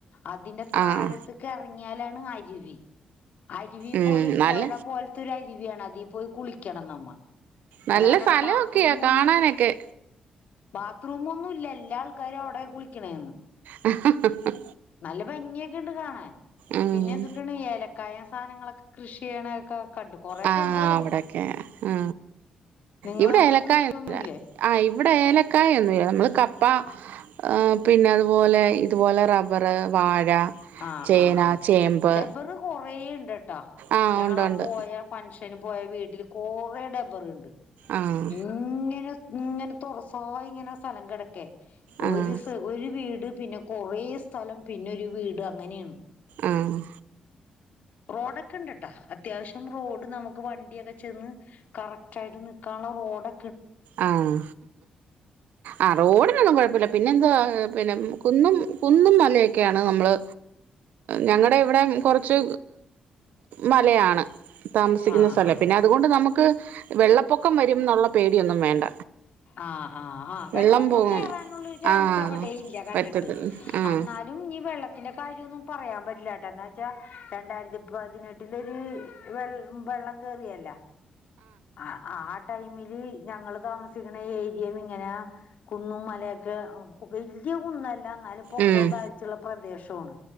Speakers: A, on the left; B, on the right.
A: അതിന്റെ താഴത്തക്ക്
B: ആഹ്
A: ഇറങ്ങിയാലാണ് അരുവി അരുവി
B: ഉം
A: പോയി പുഴ
B: നല്ല
A: പോലത്തൊരു അരുവിയാണ് അതി പോയി കുളിക്കണം നമ്മ
B: നല്ല
A: അല്ലാണ്ട് അവിടെ
B: നല്ലതൊക്കയാ
A: ബാത്റൂം
B: കാണാനൊക്കെ
A: ഒന്നും ബാത്റൂം ഒന്നും ഇല്ലല്ല എല്ലാ ആൾക്കാരും അവിടെ കുളിക്കണത്
B: ഹ് ഹ് ഹ്
A: നല്ല ഭംഗിയൊക്കെ ഇണ്ട് കാണാൻ
B: ഉം
A: പിന്നെ എന്തുട്ടാണ് ഏലക്കായ സാധാനങ്ങളൊക്കെ കൃഷി ചെയ്യണൊക്കെ കണ്ടു കൊറേ
B: ആ
A: കണ്ടു അവിടുന്ന്
B: അവിടൊക്കെ ആ
A: നിങ്ങളവിടെ
B: ഇവിടെ ഏലക്കായൊന്നുംല്ല
A: കൃഷിയൊന്നുമില്ലേ
B: ആ ഇവിടെ ഏലക്കായ ഒന്നുമല്ല നമ്മള് കപ്പ ആഹ പിന്നെ അതുപോലെ ഇതുപോലെ റബ്ബർ വാഴ
A: ആഹ്
B: ചേന
A: ആഹ് ആ
B: ചേമ്പ്
A: ഡബ്ബർ കൊറേ <unintelligible> <unintelligible>
B: ആഹ്
A: ഞങ്ങൾ
B: ഉണ്ട് ഉണ്ട്
A: പോയ ഫങ്ഷൻ ഫങ്ഷന് പോയ വീട്ടിൽ കൊറേ ഡബ്ബർ ഉണ്ട്
B: ആഹ്
A: ഇങ്ങനെ ഇങ്ങനെ തുറസായി ഇങ്ങനെ സ്ഥലം കിടക്കെ ഒരൂസ
B: ആഹ്
A: ഒരു വീട് പിന്നെ കൊറേ സ്ഥലം പിന്നെ ഒരു വീട് അങ്ങനെയാണ്
B: ആഹ്
A: റോഡൊക്കെണ്ട്ട്ടാ അത്യാവശ്യം റോഡ് നമുക്ക് വണ്ടിയൊക്കെ ചെന്ന് കറക്ട് ആയിട്ട് നിക്കാനുള്ള റോടൊ
B: ആഹ് ആ റോഡിനൊന്നും കുഴപ്പോല്ല പിന്നെന്താ പിന്നെ കുന്നും കുന്നും മലയൊക്കെയാണ് നമ്മള് ഞങ്ങടെ ഇവിടെ കുറച്ച് മലയാണ്. താമസിക്കുന്ന
A: ആഹ്
B: സ്ഥലം
A: ആഹ്
B: പിന്നെ അതുകൊണ്ട് നമുക്ക് വെള്ളപ്പൊക്കം വരുംന്നുള്ള പേ ടി ഒന്നും വേണ്ട
A: ആഹ് ആഹ് ആഹ് വെള്ളൊന്നും
B: വെള്ളം പോകും
A: കേറാനുള്ളൊരു ചാൻസ്
B: ആഹ്
A: അവിടെ ഇല്ല കണ്ടിട്ട്
B: പറ്റത്തില്ല ആഹ്
A: അന്നാലും നി വെള്ളത്തിന്റെ കാര്യോന്നും പറയാൻ പറ്റില്ലാട്ട എന്നാച്ചാ രണ്ടായിരത്തിപ്പതിനെട്ടിലൊരു വെള് വെള്ളം കേറിയല്ലാ ആഹ് ആഹ് ടൈമില് ഞങ്ങള് താമസിക്കണ ഏരിയേന്ന്ങ്ങനെ കുന്നും മലൊക്കെ വല്യ കുന്നല്ല നല്ല പൊക്കോം
B: ഉം
A: താഴ്ചുള്ള പ്രദേശോണ്